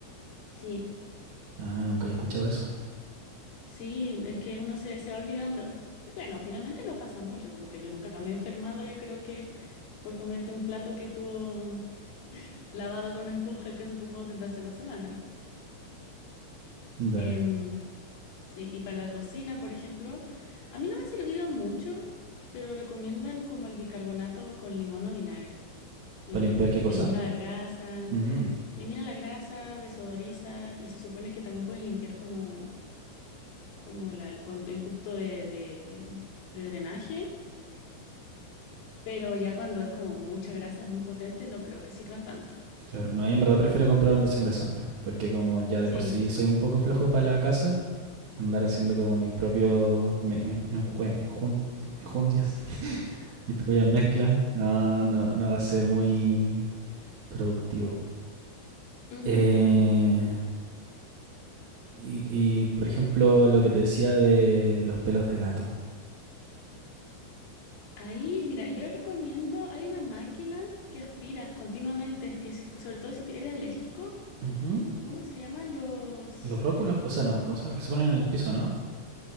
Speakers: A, on the left (about 85°); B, on the right (about 50°).
A: Sí,
B: Ah, nunca había escuchado eso.
A: sí, es que uno se, se va olvidando. Bueno, finalmente no pasa mucho, como que yo nunca me he enfermado, yo creo que por comerte un plato que estuvo lavado con una esponja que se ocupó desde hace dos semanas.
B: Dale.
A: Em, Sí, y para la cocina, por ejemplo, a mí no me ha servido mucho, pero recomiendan como el bicarbonato con limón o vinagre, em,
B: ¿Para limpiar qué cosa?
A: que elimina la grasa,
B: Mm,
A: elimina la grasa, desodoriza y se supone que también puedes limpiar como, como la- el, con- el ducto de, de- de drenaje, pero ya cuando es como mucha grasa, es muy potente, no creo que sirva tanto.
B: Claro, no, y en verdad prefiero comprar un desengrasante, porque como ya de
A: Sí.
B: por sí soy un poco flojo para la casa, andar haciendo como mis propios me- enjue- enjun- enjundias, mis propias mezclas, <laughs> no, no, no va a ser muy productivo.
A: ujú.
B: Eh, y, y, por ejemplo, lo que te decía de los pelos de gato.
A: Ahí, mira, yo recomiendo, hay una máquina que aspira continuamente, que es- sobre todo si te- eres alérgico.
B: Ujú.
A: ¿Cómo se llaman los?
B: Los róculos, o sea, no, ¿cómo se llaman? Los que se ponen en el piso, ¿no?